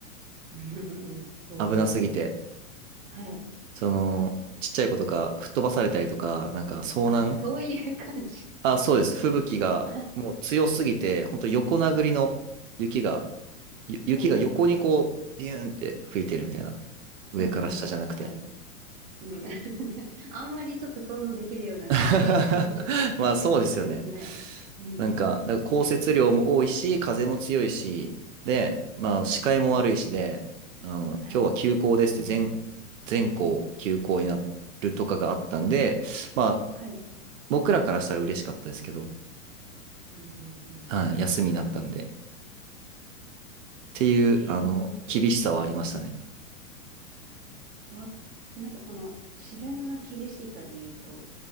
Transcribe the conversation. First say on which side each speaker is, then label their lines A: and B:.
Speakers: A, on the right; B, on the right.
A: <laughs> うん。おー。
B: 危なすぎて。
A: はい。
B: その、ちっちゃい子とか吹っ飛ばされたりとか、なんか遭難。
A: あ、そういう感じ。
B: あ、そうです。吹雪がもう強すぎて、
A: <laughs> あ、
B: 本当横殴りの雪が、ゆ雪が横にこう、
A: おー。
B: ビューンって吹いてるみたいな。上から下じゃなくて。
A: うん、うん、うん。はい。うん。<laughs> あんまりちょっと想像できるような光景じゃない
B: <laughs> まあそうですよね。
A: ですね。うん。
B: なんか、なんか降雪量も多いし、風も強いし、で、まあ視界も悪いしで、
A: うん。
B: あの、
A: はい。
B: 今日は休校ですって全、全校休校になるとかがあったんで、まあ
A: はい。
B: 僕らからしたら嬉しかったですけど、
A: うん、うん、うん。
B: はい、休みになったんで、っていう、
A: ええ
B: あの、厳しさはありましたね。
A: わ、なんかその、自然な厳しさで言うと、